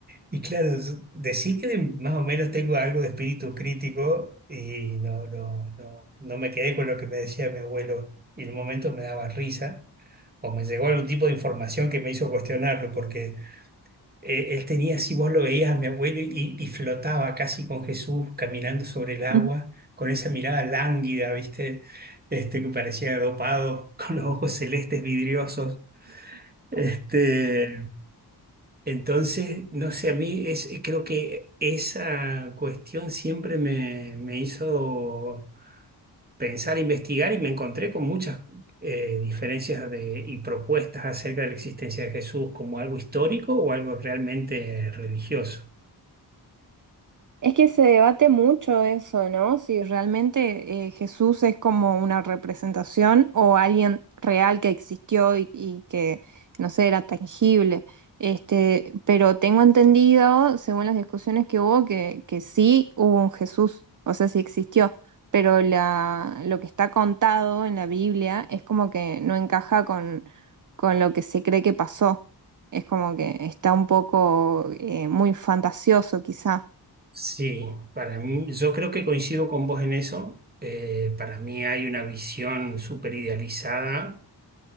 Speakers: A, on the right; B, on the right.
A: Y claro, es- decís que más o menos tengo algo de espíritu crítico y no, no, no, no me quedé con lo que me decía mi abuelo y en un momento me daba risa o me llegó algún tipo de información que me hizo cuestionarlo porque eh, él tenía, si vos lo veías a mi abuelo y, y flotaba casi con Jesús caminando sobre el agua
B: <laughs>
A: con esa mirada lánguida, ¿viste? Este, que parecía dopado <laughs> con los ojos celestes vidriosos. Este, entonces, no sé, a mí es, eh, creo que esa cuestión siempre me, me hizo pensar, investigar y me encontré con muchas eh, diferencias de, y propuestas acerca de la existencia de Jesús como algo histórico o algo realmente religioso.
B: Es que se debate mucho eso, ¿no? Si realmente eh, Jesús es como una representación o alguien real que existió y, y que, no sé, era tangible. Este, pero tengo entendido, según las discusiones que hubo, que, que sí hubo un Jesús, o sea, sí existió. Pero la, lo que está contado en la Biblia es como que no encaja con, con lo que se cree que pasó. Es como que está un poco eh, muy fantasioso, quizá.
A: Sí, para mí, yo creo que coincido con vos en eso. Eh, para mí hay una visión súper idealizada